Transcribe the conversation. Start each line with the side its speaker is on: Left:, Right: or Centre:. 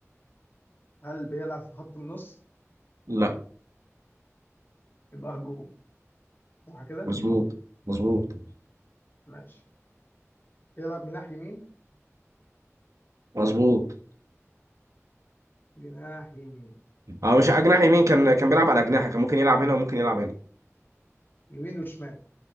Left: هل بيلعب في خط النص
Right: لا
Left: يبقى هجوم صح كده
Right: مظبوط مظبوط
Left: ماشي بيلعب جناح يمين
Right: مظبوط
Left: جناح يمين
Right: اه مش جناح يمين كان كان بيلعب على اجنحه كان ممكن يلعب هنا وممكن يلعب هنا
Left: يمين وشمال